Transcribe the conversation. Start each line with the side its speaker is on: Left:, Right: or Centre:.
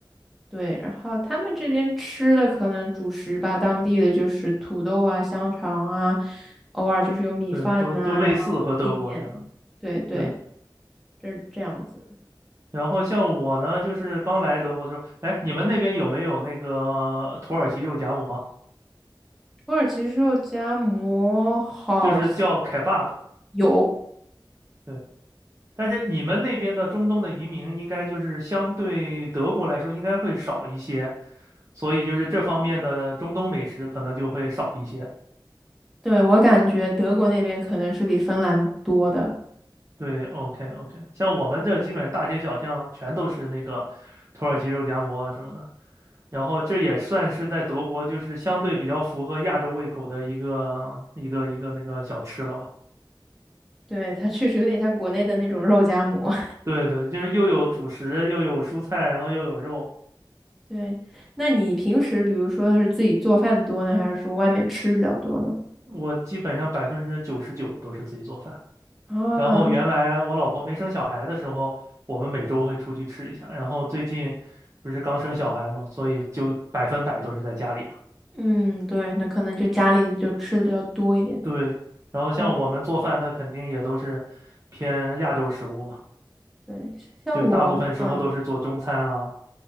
Centre: 对，然后他们这边吃的可能主食吧，当地的就是土豆啊、香肠啊，偶尔就是有米饭呐、
Right: 对，都都类似和德国这样的。
Centre: 然后意面，对对，
Right: 对。
Centre: 这这样子。
Right: 然后像我呢，就是刚来德国的时候，哎，你们那边有没有那个土耳其肉夹馍？
Centre: 土耳其肉夹馍好像
Right: 就是叫 kebab。
Centre: 有，
Right: 对，但是你们那边的中东的移民应该就是相对德国来说应该会少一些，所以就是这方面的中东美食可能就会少一些。
Centre: 对，我感觉德国那边可能是比芬兰多的，
Right: 对，OK OK，像我们这基本大街小巷全都是那个土耳其肉夹馍啊什么的，然后这也算是在德国就是相对比较符合亚洲胃口的一个一个一个那个小吃了吧。
Centre: 对，它确实有点像国内的那种肉夹馍。
Right: 对对，就是又有主食，又有蔬菜，然后又有肉。
Centre: <laughs> 对，那你平时比如说是自己做饭多呢，还是说外面吃比较多呢？
Right: 我基本上百分之九十九都是自己做饭。
Centre: 啊，
Right: 然后原来我老婆没生小孩的时候，我们每周会出去吃一下。然后最近不是刚生小孩嘛，所以就百分百都是在家里嘛。
Centre: 嗯，对，那可能就家里就吃的比较多一点。
Right: 对，然后像我们做饭，
Centre: 嗯，
Right: 那肯定也都是偏亚洲食物嘛，
Centre: 对，像我，
Right: 就大部分时候都是做中餐啊，
Centre: 嗯